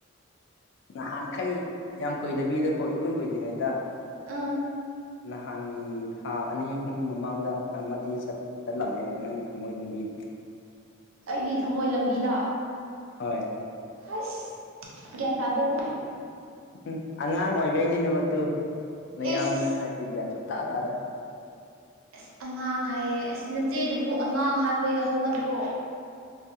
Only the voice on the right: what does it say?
ꯎꯝ
ꯑꯩꯒꯤ ꯊꯃꯣꯏ ꯂꯝꯕꯤꯗ
ꯍꯩꯁ‌ ꯒ꯭ꯌꯥꯟ ꯇꯥꯗꯦꯕꯣ
ꯏꯁ
ꯑ꯭ꯁ ꯑꯉꯥꯡ ꯍꯥꯏꯌꯦꯦ ꯑꯁ ꯅꯆꯦꯗꯨꯕꯨ ꯑꯉꯥꯡ ꯍꯥꯏꯕ ꯌꯥ ꯍꯧꯅꯕ꯭ꯔꯣ